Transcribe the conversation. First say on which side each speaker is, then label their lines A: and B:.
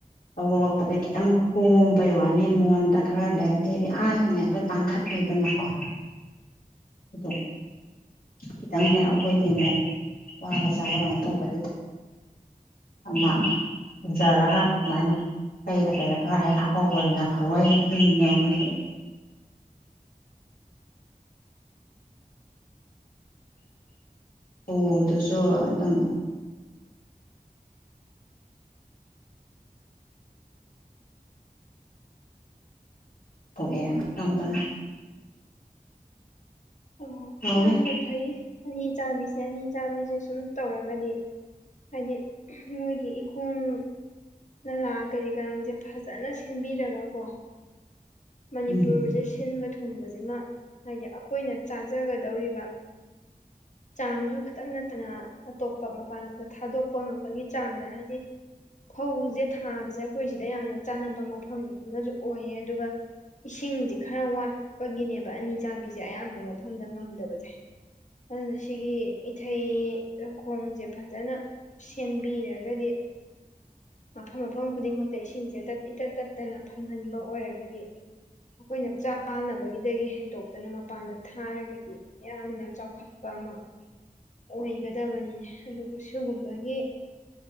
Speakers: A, on the left (about 75°); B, on the left (about 55°).
A: ꯂꯧꯔꯂꯛꯄꯗ ꯈꯤꯇꯪ ꯍꯣꯡꯕꯩ ꯋꯥꯅꯤ ꯃꯣꯟꯗ ꯈꯔ ꯂꯩꯔꯗꯤ ꯍꯥꯏꯗꯤ ꯑꯉꯉ ꯍꯦꯇ ꯇꯥꯡꯈꯠꯄꯤꯦꯗꯅꯀꯣ ꯑꯗꯨ ꯈꯤꯇꯪ ꯍꯦꯛ ꯑꯩꯈꯣꯏꯗꯤ ꯑꯃꯨꯛ ꯋꯥꯕ ꯆꯥꯕ ꯀꯩꯅꯣ ꯇꯧꯕꯁꯤꯗ ꯑꯃ ꯎꯖꯔꯒ ꯑꯗꯨꯃꯥꯏꯅ ꯀꯩꯗ ꯀꯩꯔ ꯈꯔ ꯍꯦꯛ ꯍꯥꯞꯍꯧꯕꯁꯤꯅ ꯐꯋꯏ ꯍꯦꯛꯉ ꯑꯩꯈꯣꯏꯗꯤ ꯑꯣ ꯑꯗꯨꯁꯨ ꯑꯗꯨꯝ ꯍꯑꯦ ꯌꯥꯝ ꯇꯧꯗꯅ
B: ꯑꯣ
A: ꯇꯧꯋꯤ
B: ꯌꯥꯝꯅ ꯊꯏꯌꯦ ꯑꯅꯤ ꯆꯥꯕꯤꯁꯦ ꯑꯅꯤ ꯆꯥꯕꯤꯁꯦ ꯁꯨꯝ ꯇꯧꯔꯒꯗꯤ ꯍꯥꯏꯗꯤ ꯃꯣꯏꯒꯤ ꯏꯈꯣꯡ ꯅꯂꯥ ꯀꯔꯤ ꯀꯔꯥꯡꯁꯦ ꯐꯖꯅ ꯁꯦꯝꯕꯤꯔꯒꯀꯣ ꯃꯅꯤꯄꯨꯔꯁꯦ
A: ꯎꯝ
B: ꯁꯤꯟꯕ ꯊꯨꯡꯕꯁꯤꯃ ꯍꯥꯏꯗꯤ ꯑꯩꯈꯣꯏꯅ ꯆꯥꯖꯒꯗꯧꯔꯤꯕ ꯆꯥꯡꯗꯨ ꯈꯈꯤꯇꯪ ꯅꯠꯇꯅ ꯑꯇꯣꯞꯄ ꯃꯄꯥꯟ ꯂꯝꯗ ꯊꯥꯗꯣꯛꯄ ꯉꯝꯕꯒꯤ ꯆꯥꯡꯗ ꯍꯥꯏꯗꯤ ꯐꯧꯁꯦ ꯊꯥꯕꯁꯦ ꯑꯩꯈꯣꯏ ꯁꯤꯗ ꯌꯥꯝꯅ ꯆꯥꯟꯅꯕ ꯃꯐꯝ ꯑꯃꯁꯨ ꯑꯣꯏꯌꯦ ꯑꯗꯨꯒ ꯏꯁꯤꯡꯁꯦ ꯈꯔ ꯋꯥꯠꯄꯒꯤꯅꯦꯕ ꯑꯅꯤ ꯆꯥꯕꯤꯁꯦ ꯑꯌꯥꯝꯕ ꯃꯐꯝꯗ ꯉꯝꯗꯕꯁꯦ ꯑꯗꯨꯅ ꯁꯤꯒꯤ ꯏꯊꯩ ꯂꯧꯈꯣꯡꯁꯦ ꯐꯖꯅ ꯁꯦꯝꯕꯤꯔꯒꯗꯤ ꯃꯐꯝ ꯃꯐꯝ ꯈꯨꯗꯤꯡꯃꯛꯇ ꯏꯁꯤꯡꯁꯦ ꯇꯠ ꯏꯇꯠ ꯇꯠꯇꯅ ꯐꯪꯍꯟꯕ ꯑꯣꯏꯔꯒꯗꯤ ꯑꯩꯈꯣꯏꯅ ꯆꯥꯅꯕꯒꯤꯗꯒꯤ ꯍꯦꯟꯅ ꯗꯣꯛꯇꯔꯅ ꯃꯄꯥꯟꯗ ꯊꯥꯔꯒꯗꯤ ꯌꯥꯝꯅ ꯆꯥꯎꯈꯠꯄ ꯑꯃ ꯑꯣꯏꯒꯗꯕꯅꯤꯅꯦ ꯑꯗꯨꯕꯨ ꯁꯤꯨꯒꯨꯝꯕꯒꯤ